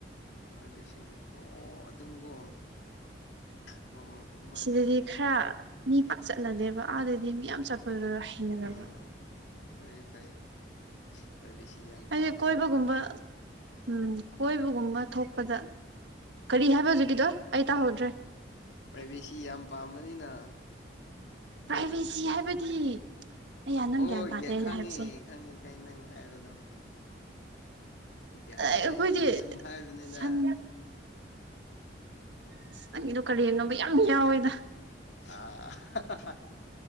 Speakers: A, on the left; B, on the right.
A: ꯄ꯭ꯔꯥꯏꯚꯦꯁꯤ ꯂꯩ ꯑꯣ ꯑꯣ ꯑꯗꯨꯝꯒꯣ ꯍꯣꯏ ꯍꯣꯏ ꯑꯗꯨꯃꯥꯏꯅꯗꯤ
B: ꯁꯤꯗꯗꯤ
A: ꯇꯧꯋꯦ
B: ꯈꯔ ꯃꯤ ꯄꯥꯛ ꯆꯠꯅꯗꯦꯕ ꯑꯥꯗꯩꯗꯤ ꯃꯤ
A: ꯍꯣꯏ
B: ꯌꯥꯝ
A: ꯍꯣꯏ
B: ꯆꯠꯄꯗꯨꯗ ꯍꯩꯅꯗꯕ
A: ꯎꯝ ꯎꯝ ꯐꯩꯌꯦ ꯐꯩꯌꯦ ꯄ꯭ꯔꯥꯏꯚꯦꯁꯤ ꯌꯥꯝ
B: ꯍꯥꯏꯗꯤ
A: ꯄꯥꯝꯕꯅꯤꯅꯀꯣ
B: ꯀꯣꯏꯕꯒꯨꯝꯕ ꯎꯝ ꯀꯣꯏꯕꯒꯨꯝꯕ ꯊꯣꯛꯄꯗ ꯀꯔꯤ ꯍꯥꯏꯕ ꯍꯧꯖꯤꯛꯀꯤꯗꯣ ꯑꯩ ꯇꯥꯍꯧꯗ꯭ꯔꯦ
A: ꯄ꯭ꯔꯥꯏꯚꯦꯁꯤ ꯌꯥꯝ ꯄꯥꯝꯕꯅꯤꯅ
B: ꯄ꯭ꯔꯥꯏꯚꯦꯁꯤ ꯍꯥꯏꯕꯗꯤ ꯑꯩꯌꯥ ꯅꯪ
A: ꯍꯣꯏ
B: ꯒ꯭ꯌꯥꯟ ꯇꯥꯗꯦ
A: ꯌꯥ
B: ꯑꯩꯅ
A: ꯈꯪꯉꯦ
B: ꯍꯥꯏꯕꯁꯦ
A: ꯈꯪꯉꯦ ꯀꯩ ꯅꯪ ꯍꯥꯏꯕꯗꯣ ꯒ꯭ꯌꯥꯟ
B: ꯑꯩꯈꯣꯏꯗꯤ
A: ꯇꯥꯏꯑ ꯆꯨꯝꯅ ꯁꯨꯝ ꯍꯥꯏꯕꯅꯤꯗ
B: ꯁꯟ ꯑꯁ ꯅꯪꯒꯤꯗꯣ ꯀꯔꯤꯅꯣꯕ ꯌꯥꯝ ꯌꯥꯎꯋꯦꯗ
A: ꯑ ꯍꯥ ꯍꯥ